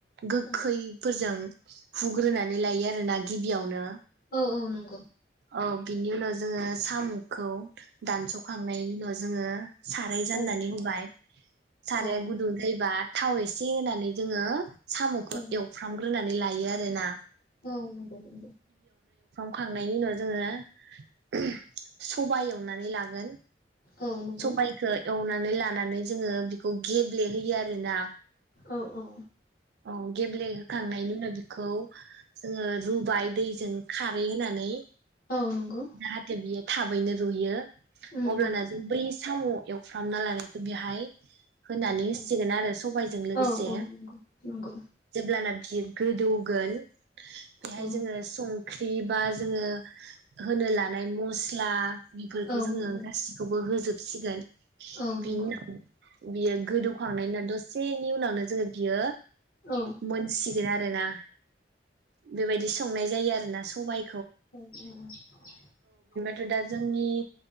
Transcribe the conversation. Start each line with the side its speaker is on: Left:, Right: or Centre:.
Right: गोखैफोरजों
Left: औ
Right: हुग्रोनानै लायो आरो ना गिबियावनो
Left: औ औ नंगौ
Right: औ बिनि उनाव जों जोङो साम'खौ दानस'खांनायनि उनाव जोङो साराइ जाननानै
Left: औ
Right: होबाय साराया
Left: औ नंगौ
Right: गुदुं जायोबा थाव एसे होनानै जोङो साम'खौ
Left: औ
Right: एवफ्रामग्रोनानै ला हायो आरोना
Left: औ नंगौ नंगौ।
Right: खांनायनि उनाव जोङो सबाय एवनानै लागोन
Left: औ नंगौ
Right: सबायखो एवनानै ला लानानै जोङो बेखौ गेब्लेहोयो आरोना
Left: औ औ
Right: औ गेब्लेहोखांनायनि उनाव बेखौ जोङो रुबाय दैजों खारै होनानै
Left: औ नंगौ
Right: जाहाथे बियो थाब यैनो रुइयो
Left: उम
Right: अब्लाना जों बै साम' एवफ्रामना लानायखौ बेहाय होनानै होसिगोन
Left: औ
Right: आरो सबायजों लोगोसे
Left: औ औ नंगौ नंगौ
Right: जेब्लाना बियो गोदौ गोन बेहाय
Left: औ
Right: जोङो सं ख्रि बा जोङो होनो लानाय मस्ला बेफोरखौ
Left: औ
Right: जोङो
Left: नंगौ
Right: गासिखौबो होजोब सिगोन
Left: औ नंगौ
Right: बिनि <inaudible> बियो गोदौखांनायनि उनाव दसेनि उनावनो जोङो बियो
Left: औ
Right: मोनसिगोन आरोना बेबायदि संनाय जायो आरोना सबाय
Left: <inaudible>
Right: आरो दा जोंनि